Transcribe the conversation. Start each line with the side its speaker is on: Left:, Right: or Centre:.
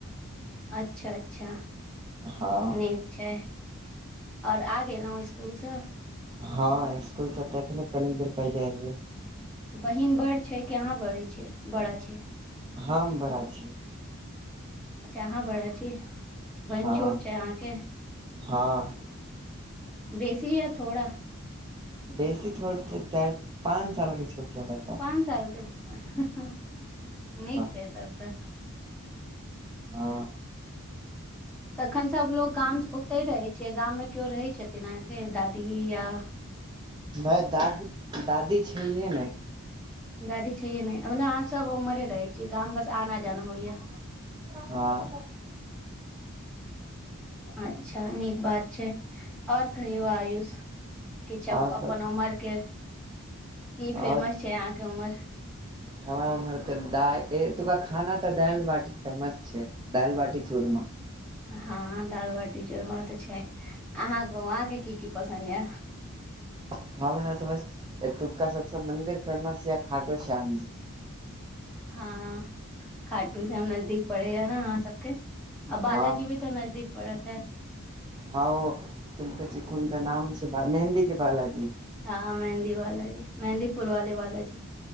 Centre: अच्छा, अच्छा
Right: हँ
Centre: निक छै ओर आ गेलहुँ स्कूलसँ
Right: हँ स्कूलसँ तऽने कनि देर पहिले अल
Centre: बहिन बड़ छै कि यहाँ बड़ी छै। बड़ा छै
Right: हम बड़ा छी
Centre: अच्छा, अहाँ बड़ा छै बन
Right: हँ
Centre: छोट छै अहाँकेँ
Right: हँ
Centre: बेसी या थोड़ा
Right: बेसी छोट छै, चारि पाँच सालके छोट छिय ब
Centre: पाँच साल के हि निक
Right: हँ
Centre: छै तब तऽ
Right: हँ।
Centre: तखन सभ लोकोग गाम ओते रहै छै गाममे केओ रहै छथिन अहाँकेँ दादी दिया।
Right: मे दादी दादी छैहे ने
Centre: गाड़ी छैये नहि मतलब आहाँ सभ उमरे रहे छी गाम बस आना जाना होइया
Right: हँ।
Centre: अच्छा निक बात छै आओर कहियौ आयुष किछु
Right: आओर
Centre: अपन उमर के की फेमस
Right: ओर
Centre: छै अहाँके उमर
Right: हवा उमहर तऽ द एतुका खाना तऽ दाल बाट फेमस छै। दयालऽ बाटी चूड़म
Centre: हँ, दाल बाटी चोरम त छै अहाँ गामके कि कि पसन्द य
Right: ख तऽ बस तुका सभसँ मंन्दिर फेमस या खाटो श्यामजी
Centre: हँ खाटू से हम नजदीक पड़े ह ने अहाँ सभके आ बालजी
Right: हँ
Centre: भी तऽ नजदीक पड़त है।
Right: ह कि कहै छी कोन तऽ नाम छै मेहन्दी के बालाजी
Centre: हँ, मेहीवाला जी मेहन्दीपुर वाले वाला जी